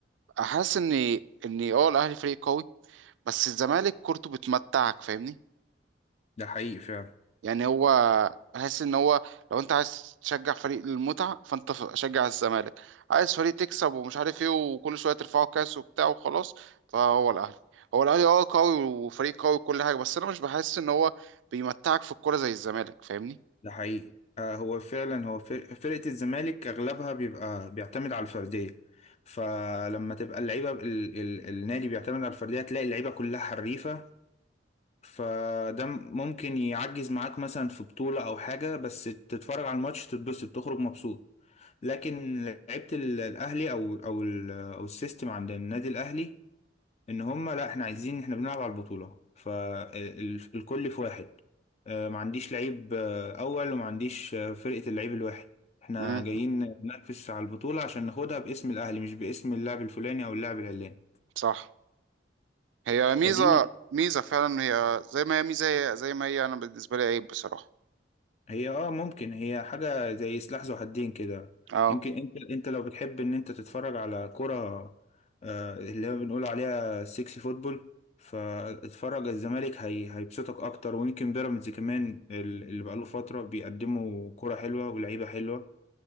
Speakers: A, on the right; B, on the left.
A: احس اني اني اه الاهلي فريق قوي بس الزمالك كورته بتمتعك فاهمني
B: ده حقيقي فعلا
A: يعني هو بحس ان هو لو انت عايز تشجع فريق للمتعه فانت ف- شجع الزمالك عايز فريق تكسب ومش عارف ايه وكل شويه ترفعوا كاس وبتاع وخلاص فهو الاهلي هو الاهلي اه قوي وفريق قوي وكل حاجه بس انا مش بحس ان هو بيمتعك في الكوره زي الزمالك فاهمني
B: ده حقيقي آه هو فعلا هو فر- فرقة الزمالك أغلبها بيبقى بيعتمد على الفردية فلما تبقى اللعيبة ال ال النادي بيعتمد على الفردية هتلاقي اللعيبة كلها حريفة فده م- ممكن يعجز معاك مثلا في بطولة أو حاجة بس تتفرج على الماتش تتبسط تخرج مبسوط لكن لعيبة ال- الأهلي أو أو ال- أو السيستم عند النادي الأهلي ان هم لا احنا عايزين احنا بنلعب على البطولة فالكل في واحد آه، ما عنديش لعيب آه، اول وما عنديش آه، فرقة اللعيب الواحد احنا
A: امم
B: جايين ننافس على البطولة عشان ناخدها باسم الاهلي مش باسم اللاعب الفلاني او اللاعب العلاني
A: صح هي ميزه
B: فدي
A: ميزه فعلا هي زي ما هي ميزه هي زي ما هي انا بالنسبه لي عيب بصراحه
B: هي اه ممكن هي حاجة زي سلاح ذو حدين كده
A: اه
B: يمكن انت انت لو بتحب ان انت تتفرج على كرة آه، اللي هو بنقول عليها سيكسي فوتبول فاتفرج على الزمالك هي هيبسطك اكتر ويمكن بيراميدز كمان ال- اللي بقاله فترة بيقدموا كرة حلوة ولعيبة حلوة